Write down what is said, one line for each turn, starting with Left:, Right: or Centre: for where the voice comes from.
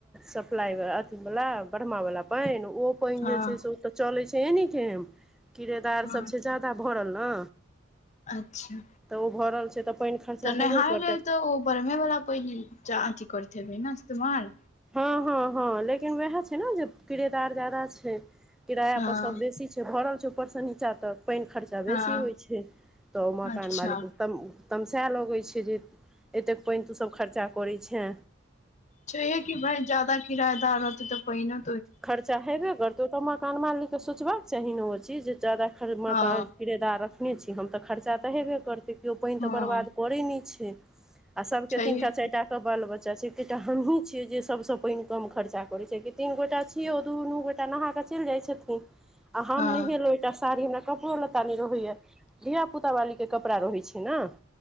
Centre: सप्लाई अथी वाला बढ़मा वाला पान ओ पानि
Left: हँ
Centre: जे छै। से चलै छै। ए ने के किरेदारसभ
Left: हँ
Centre: छै। जा्यदाा भरल ने।
Left: अच्छा।
Centre: तऽ ओ भऽ रहल छै। तऽ पानि खर्चा
Left: तऽ नहााय
Centre: हेबे करतै
Left: लेल तऽ ओ बरमे वाला पहि अथी करतेै ने इस्तेमाल
Centre: हँ हँ हँ लेकिन उएह छै ने जे किरेदार जादा छै, किराया
Left: हँ
Centre: पर सब बेसी छै भरल छै ऊपर सऽ नीचा तक पानि खर्चा तऽ बेसी
Left: हँ
Centre: होइ छै तऽ मकान
Left: अच्छा
Centre: मालिक तम तमसायए लगै छै जे एतेक पानि तु सभ खर्चा करैत छ,
Left: सेहे कि भई ज्याददा किराएदार रहतै। तऽ पहि ने
Centre: खर्चा हैबे करते उ तऽ मकान मालिक तऽ सोचबाक चाही ने ओ चीज जे जादा ख मकान
Left: हँ
Centre: किरेदार एखने छी। हम तऽ खर्चा तऽ हेबे करतै। केओ पानि
Left: हँ
Centre: तऽ बर्बाद करै नहि छै। आ सभके
Left: छैहे
Centre: तीनटा
Left: कि
Centre: चार टा बाल बच्चा छै एकटा हमहीं छियै जे सबस पानि कम खर्चा करे छै तीन गोटा छिए उ दूनू गेटा नहाय कऽ चैल जायत छथिन आ हम
Left: हँ
Centre: नहेलू एकटा साड़ी हमरा कपड़ो लत्ता न रहैया धिय पुता वाली के कपड़ा रहै छै ने,